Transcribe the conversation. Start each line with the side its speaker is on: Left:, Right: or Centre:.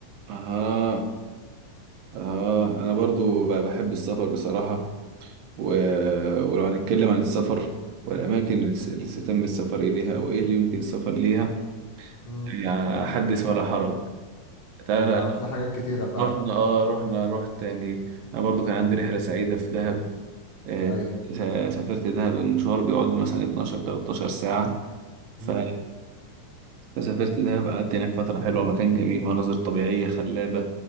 Right: اها اه انا برضو بقى بحب السفر بصراحة و... ولو هنتكلم عن السفر والاماكن
Left: مم.
Right: اللي س- اللي تم السفر اليها او ايه اللي يمكن السفر ليها
Left: مم.
Right: يعني حدث ولا حرج تعال
Left: يا هتلاقي حاجات كتيرة فعلا
Right: رحنا اه رحنا رحت يعني انا برضو كان عندي رحلة سعيدة في دهب آه،
Left: أي
Right: سافرت دهب المشوار بيقعد له مثلا 12 13 ساعة
Left: مم.
Right: ف فسافرت دهب قعدت هناك فترة حلوة مكان جميل مناظر طبيعية خلابة